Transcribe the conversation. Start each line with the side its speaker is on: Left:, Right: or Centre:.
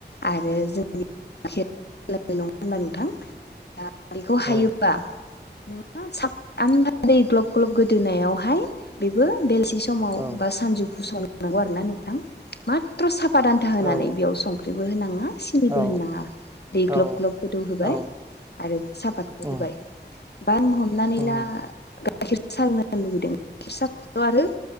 Left: आरो <unintelligible> नङा होनबा नोंथां दा बेखौ हायोबा
Right: औ
Left: नों <unintelligible> दै ग्लब ग्लब गोदोनायावहाय बेबो बेलसि समाव
Right: औ
Left: बा सानजौफु संनांगौ आरो ना नोंथां मा <unintelligible> साफा दान्था होनानै
Right: औ
Left: बेयाव संख्रिबो होनाङा सिनिबो
Right: औ
Left: होननाङा दै ग्लब
Right: औ
Left: ग्लब गोदौ होबाय
Right: औ
Left: आरो सापातखौ
Right: उम
Left: होबाय बा आं हमनानै
Right: उम
Left: ला गाइखेर सा लोंनो लुबैदों गाइखेर सा आरो <unintelligible>